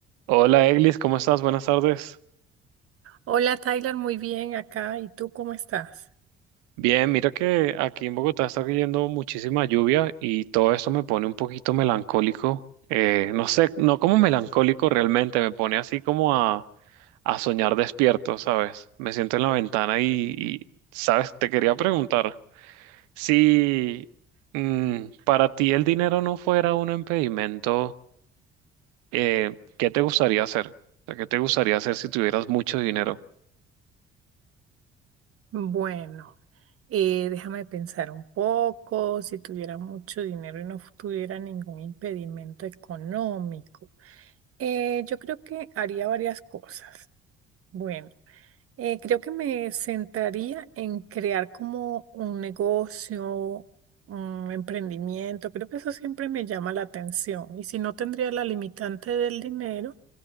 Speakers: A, on the right; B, on the right.
A: Hola Eglis, ¿cómo estás? Buenas tardes.
B: Hola Tyler, muy bien acá. ¿Y tú cómo estás?
A: Bien, mira que aquí en Bogotá está cayendo muchísima lluvia y todo eso me pone un poquito melancólico. Eh, no sé, no como melancólico realmente, me pone así como a, a soñar despierto, ¿sabes? Me siento en la ventana y, y, ¿sabes? Te quería preguntar si mm, para ti el dinero no fuera un impedimento, eh, ¿qué te gustaría hacer? O sea, ¿qué te gustaría hacer si tuvieras mucho dinero?
B: Bueno, eh, déjame pensar un poco. Si tuviera mucho dinero y no tuviera ningún impedimento económico, eh, yo creo que haría varias cosas. Bueno, eh, creo que me centraría en crear como un negocio, un emprendimiento. Creo que eso siempre me llama la atención. Y si no tendría la limitante del dinero,